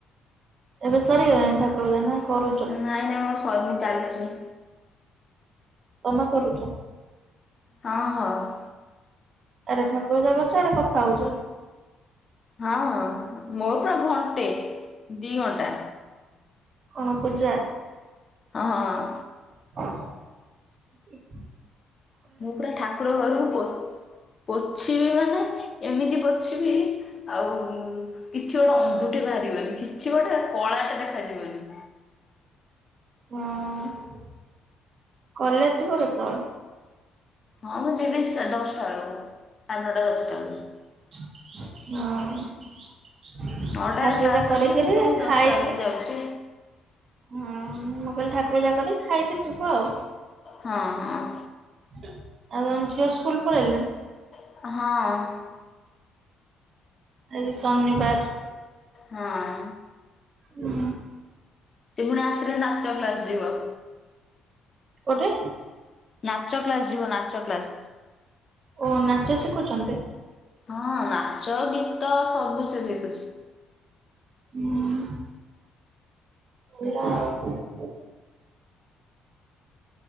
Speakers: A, on the right; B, on the left.
A: ଏବେ ସରିଗଲାଣି ଠାକୁର ପୂଜା ନା କରୁଚ?
B: ନାଇଁ ନାଇଁ ମୋର ସରିନି ଚାଲଚି।
A: ତମେ କରୁଚ?
B: ହଁ ହଁ।
A: ଆରେ ଠାକୁର ପୂଜା କରୁଚ ଆଡେ କଥା ହଉଛ।
B: ହଁ ହଁ ମୋର ତ ଘଣ୍ଟେ ଦି ଘଣ୍ଟା।
A: କଣ ପୂଜା?
B: ଅ ହଁ।
A: ହ <unintelligible>
B: ମୁଁ ପୁରା ଠାକୁର ଘରକୁ ପୋ ପୋଛିବି ମାନେ ଏମିତି ପୋଛିବି। ଆଉ କିଛି ଗୋଟେ ଅନ୍ଧୁଟେ ବାହାରିବନି କିଛି ଗୋଟେ କଳାଟେ ଦେଖାଯିବନି।
A: ହଁ କଲେଜ ଯିବ କେତେବେଳେ?
B: ହଁ ମୁଁ ଯିବି ଦଶଟା ବଳୁକୁ ସାଢ଼େ ନଅଟା ଦଶଟା ବେଳକୁ।
A: ହଁ। ଠାକୁର
B: ନଅଟାରେ
A: ପୂଜା
B: କ୍ଲାସ୍
A: କରିକିରି
B: ଅଛି କିନ୍ତୁ ମୁଁ
A: ଖାଇକିରି।
B: ଦଶଟା ବେଳକୁ ଯାଉଛି
A: ହଁ ମୁଁ କହିଲି ଠାକୁର ଜାକରେ ଖାଇକି ଯିବ ଆଉ।
B: ହଁ ହଁ।
A: ଆଉ କଣ ଝିଅ ସ୍କୁଲ ପଳେଇଲାଣି?
B: ହଁ।
A: ଆଜ ଶନିବାର।
B: ହଁ।
A: ହୁଁ।
B: ସେ ପୁଣି ଆସିଲେ ନାଚ କ୍ଲାସ ଯିବ।
A: କୋଉଠେ?
B: ନାଚ କ୍ଲାସ ଯିବ ନାଚ କ୍ଲାସ।
A: ଓ ନାଚ ଶିଖୁଛନ୍ତି?
B: ହଁ ନାଚ ଗୀତ ସବୁ ସେ ଶିଖୁଛି।
A: ହୁଁ। ଭଲ ଆଉ କଣ।